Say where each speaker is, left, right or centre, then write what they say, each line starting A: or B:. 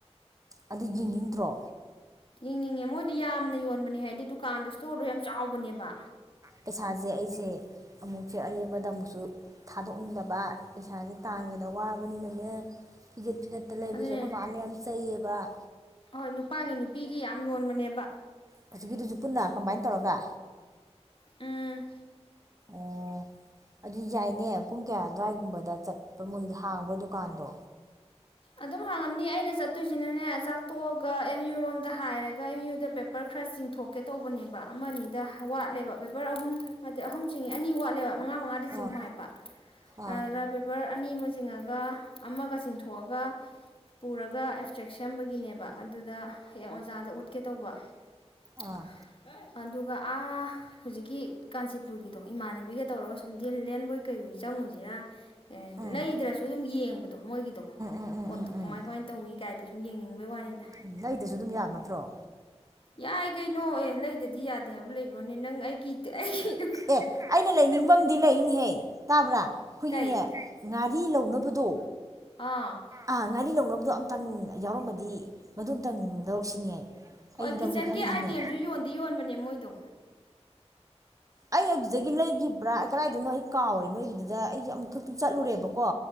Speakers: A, on the right (about 30°); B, on the left (about 50°).
A: ꯑꯗꯨ ꯌꯦꯡꯅꯤꯡꯗ꯭ꯔꯣ
B: ꯌꯦꯡꯅꯤꯡꯉꯦ ꯃꯣꯏꯗꯨ ꯌꯥꯝꯅ ꯌꯣꯟꯕꯅꯦ ꯍꯥꯏꯗꯤ ꯗꯨꯀꯥꯟꯗꯣ ꯏꯁꯇꯣꯔꯗꯣ ꯌꯥꯝ ꯆꯥꯎꯕꯅꯦꯕ
A: ꯄꯩꯁꯥꯁꯦ ꯑꯩꯁꯦ ꯑꯃꯨꯛꯁꯨ ꯑꯔꯦꯝꯕꯗ ꯑꯃꯨꯛꯁꯨ ꯊꯥꯗꯣꯛꯅꯤꯡꯗꯕ ꯄꯩꯁꯥꯁꯦ ꯇꯥꯟꯕꯗ ꯋꯥꯕ ꯅꯤꯅꯅꯦ ꯐꯤꯒꯠ ꯐꯤꯒꯠꯇ ꯂꯩꯕꯁꯦ
B: ꯑꯗꯨꯅꯦ
A: ꯑꯩꯈꯣꯏ ꯃꯥꯅ ꯌꯥꯝ ꯆꯩꯩꯌꯦꯕ ꯋꯥ
B: ꯍꯣꯏ ꯅꯨꯄꯥꯒꯤ ꯅꯨꯄꯤꯒꯤ ꯌꯥꯝ ꯌꯣꯟꯕꯅꯦꯕ
A: ꯍꯧꯖꯤꯛꯀꯤꯗꯨꯁꯨ ꯄꯨꯟꯅ ꯀꯝꯕꯥꯏꯟ ꯇꯧꯔꯒ
B: ꯎꯝ
A: ꯑꯣ ꯑꯗꯨ ꯌꯥꯏꯅꯦ ꯄꯨꯡ ꯀꯌꯥ ꯑꯗꯨꯋꯥꯏꯒꯨꯝꯕꯗ ꯆꯠꯄ ꯃꯣꯏꯒꯤ ꯍꯥꯡꯕ ꯗꯨꯀꯥꯟꯗꯣ
B: ꯑꯗꯨꯝ ꯍꯥꯡꯉꯝꯅꯤ ꯑꯩꯅ ꯆꯠꯇꯣꯏꯁꯤꯅꯅꯦ ꯆꯥꯛ ꯇꯣꯛꯑꯒ ꯑꯦꯝ ꯌꯨ ꯔꯣꯝꯗ ꯍꯥꯏꯔ ꯑꯩ ꯑꯦꯝꯌꯨꯗ ꯄꯦꯄꯔ ꯈꯔ ꯆꯤꯡꯊꯣꯛꯀꯦ ꯇꯧꯕꯅꯦꯕ ꯑꯃꯅꯤꯗ ꯋꯥꯠꯂꯦꯕ ꯄꯦꯄꯔ ꯑꯍꯨꯝ ꯅꯠꯇꯦ ꯑꯍꯨꯝ ꯆꯤꯡꯉꯦ ꯑꯅꯤ ꯋꯥꯠꯂꯦꯕ ꯃꯉꯥ ꯃꯉꯥꯗꯤ ꯆꯤꯡꯉꯨ
A: ꯑꯥ
B: ꯍꯥꯏꯕ
A: ꯑꯥ
B: ꯑꯗꯨꯗ ꯄꯦꯄꯔ ꯑꯅꯤꯃ ꯆꯤꯡꯉꯒ ꯑꯃꯒ ꯆꯤꯡꯊꯣꯛ ꯑꯒ ꯄꯨꯔꯒ ꯑꯦꯛꯁꯇ꯭ꯔꯦꯛ ꯁꯦꯝꯕꯒꯤꯅꯦꯕ ꯑꯗꯨꯗ ꯍꯌꯦꯡ ꯑꯣꯖꯥꯗ ꯎꯠꯀꯦ ꯇꯧꯕ
A: ꯑꯥ
B: <inaudible> ꯑꯗꯨꯒ ꯑꯥ ꯍꯧꯖꯤꯛꯀꯤ ꯀꯥꯟꯆꯤꯄꯨꯔꯒꯤꯗꯣ ꯏꯃꯥꯟꯅꯕꯤꯒ ꯇꯧꯔꯒ ꯁꯨꯝ ꯗꯤꯜ ꯂꯦꯟꯕꯣꯏ ꯀꯩ ꯑꯣꯏ ꯆꯪꯉꯨꯁꯤꯔꯥ
A: ꯎꯝ
B: ꯂꯩꯗ꯭ꯔꯁꯨ ꯑꯗꯨꯝ ꯌꯦꯡꯕꯗꯣ ꯃꯣꯏꯒꯤꯗꯣ
A: ꯎꯝ ꯎꯝ
B: ꯄꯣꯠꯇꯣ
A: ꯎꯝ
B: ꯀꯨꯃꯥꯏ
A: ꯎꯝ
B: ꯀꯨꯃꯥꯏꯅ ꯇꯧꯏ ꯀꯥꯏꯗꯣ ꯁꯨꯝ ꯌꯦꯡꯅꯤꯡꯕꯩ ꯋꯥꯅꯤꯗ
A: ꯎꯝ ꯂꯩꯗꯁꯨ ꯑꯗꯨꯝ ꯌꯥꯕ ꯅꯠꯇ꯭ꯔꯣ
B: ꯌꯥꯏ ꯀꯩꯅꯣ ꯑꯦ ꯂꯩꯗꯗꯤ ꯌꯥꯗꯦ ꯍꯥꯏꯕ ꯂꯩꯕꯔꯣ ꯅꯪ ꯑꯩ ꯀꯤꯗꯦ ꯑꯩ
A: ꯑꯦ ꯑꯩꯅ ꯂꯩ ꯅꯤꯡꯕ ꯑꯝꯗꯤ ꯂꯩꯅꯦꯍꯦ ꯇꯥꯕ꯭ꯔꯥ ꯑꯩꯈꯣꯏꯒꯤꯅꯦ
B: ꯀꯩ
A: ꯉꯥꯔꯤ ꯂꯧꯅꯕ ꯄꯗꯣ
B: ꯑꯥ
A: ꯑ ꯉꯔꯤ ꯂꯧꯅꯕ ꯑꯗꯨ ꯑꯃꯝꯇꯪ ꯌꯥꯎꯔꯝꯃꯗꯤ ꯃꯗꯨ ꯑꯝꯇꯪ ꯂꯧꯔꯛꯁꯤꯅꯦ
B: ꯍꯣꯏ
A: ꯑꯩ
B: ꯀꯤꯠꯆꯟꯒꯤ
A: ꯂꯧꯒꯦ ꯈꯜꯂꯤꯅꯤꯅꯦ
B: ꯑꯥꯏꯇꯦꯝꯁꯨ ꯌꯣꯟꯗꯤ ꯌꯣꯟꯕꯅꯦ ꯃꯣꯏꯗꯣ
A: ꯑꯩ ꯑꯗꯨꯗꯒꯤ ꯂꯩꯈꯤꯕ꯭ꯔꯥ ꯀꯗꯥꯏꯗꯅꯣ ꯑꯩ ꯀꯥꯎꯔꯦ ꯅꯣꯏꯒꯤꯗꯨꯗ ꯑꯩꯁꯦ ꯑꯃꯨꯛ ꯈꯛꯇꯤ ꯆꯠꯂꯨꯔꯦꯕꯀꯣ